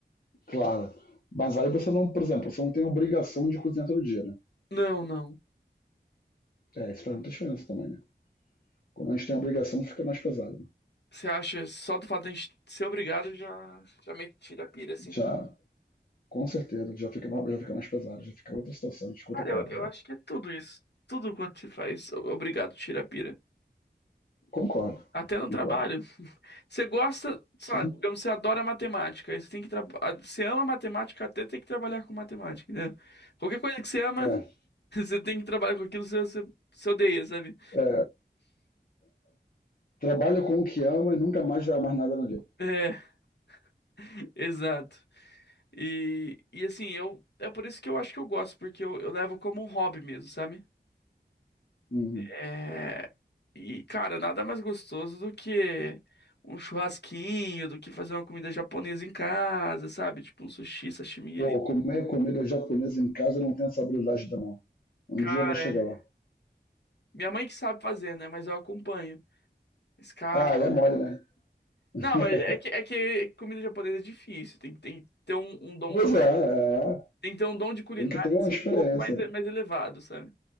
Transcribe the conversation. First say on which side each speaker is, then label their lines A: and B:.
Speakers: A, on the left; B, on the left.
A: claro. Mas aí você não, por exemplo, você não tem obrigação de cozinhar todo dia, né?
B: Não, não.
A: É, isso faz muita diferença também, né? Quando a gente tem a obrigação, fica mais pesado.
B: Você acha, só do fato de a gente ser obrigado já, já meio que tira a pira, assim.
A: Já, com certeza, já fica, já fica mais pesado, já fica outra situação, a gente fica
B: Cara,
A: outra parada.
B: eu, eu
A: já.
B: acho que é tudo isso. Tudo quanto se faz. o- Obrigado, tira a pira.
A: Concordo,
B: Até no
A: concordo.
B: trabalho. <laughs> Você gosta, sabe,
A: Sim.
B: digamos, você adora matemática. aí Você tem que traba- a- Você ama matemática até tem que trabalhar com matemática, entendeu? Qualquer coisa que você ama,
A: É,
B: <laughs> você tem que trabalhar com aquilo, você, você, você odeia, sabe?
A: é, trabalha com o que ama e nunca mais vai amar nada na vida.
B: É, <laughs> exato. E, e assim, eu, é por isso que eu acho que eu gosto, porque eu, eu levo como um hobby mesmo, sabe?
A: Uhum.
B: É, E, cara, nada mais gostoso do que um churrasquinho, do que fazer uma comida japonesa em casa, sabe? Tipo um sushi, sashimi
A: Pô,
B: ali.
A: comer comida japonesa em casa eu não tenho essa habilidade ainda não. Um
B: Cara,
A: dia eu vou chegar
B: é,
A: lá.
B: minha mãe que sabe fazer, né? Mas eu acompanho. Esse cara.
A: Ah, e é mole, né? <laughs>
B: Não, mas é que, é que comida japonesa é difícil. Tem, tem que ter um, um dom
A: Pois
B: de,
A: é, é,
B: culi- tem que ter um dom de culinária
A: tem que ter uma
B: assim,
A: experiência.
B: um pouco mais, mais elevado, sabe?